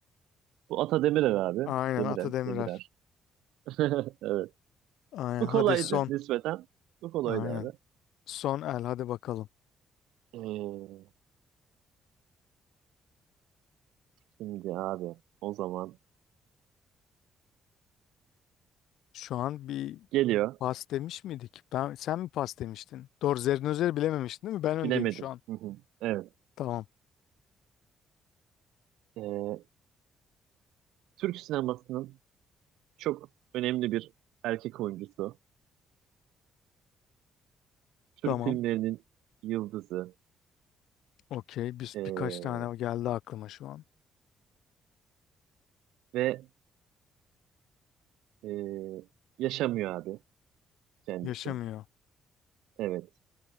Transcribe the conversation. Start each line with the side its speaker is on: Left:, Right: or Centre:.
Right: Bu Ata Demirer abi.
Left: Aynen
Right: Demiren,
Left: Ata Demirer.
Right: Demirer. <laughs> Evet.
Left: Aynen
Right: Bu kolaydı
Left: hadi son.
Right: nispeten. Bu kolaydı
Left: Aynen.
Right: abi.
Left: Son el hadi bakalım.
Right: Ee, şimdi abi o zaman
Left: Şu an bir
Right: geliyor.
Left: pas demiş miydik? Ben, sen mi pas demiştin? Doğru Zerrinözer'i bilememiştin değil mi? Ben öndeyim
Right: Bilemedim.
Left: şu an.
Right: Hı hı. Evet.
Left: Tamam.
Right: Ee, Türk sinemasının çok önemli bir erkek oyuncusu. Türk
Left: Tamam.
Right: filmlerinin yıldızı.
Left: Okey. Biz
Right: Ee,
Left: birkaç tane geldi aklıma şu an.
Right: ve ee, yaşamıyor abi kendisi.
Left: Yaşamıyor.
Right: Evet.